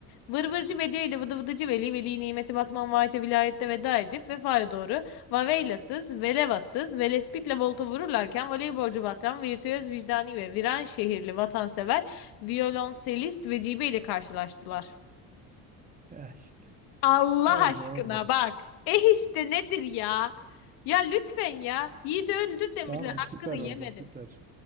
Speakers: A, on the left (about 80°); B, on the right (about 20°).
A: Vır vırcı Vedi ile vıdı vıdıcı Veli, Veli nimeti Batman vaate vilayette veda edip vefaya doğru Vaveylasız, Velevasız, Velespit'le volta vururlarken voleybolcu Batran, virtüöz vicdani ve viran şehirli vatansever, violonselist Vecibe ile karşılaştılar.
B: Ya işte.
A: Allah
B: Oldu
A: aşkına
B: oldu.
A: bak. eh işte nedir ya? Ya lütfen ya. Yiğidi öldür demişler.
B: Tamam
A: Hakkını
B: süper
A: yemedim.
B: oldu süper.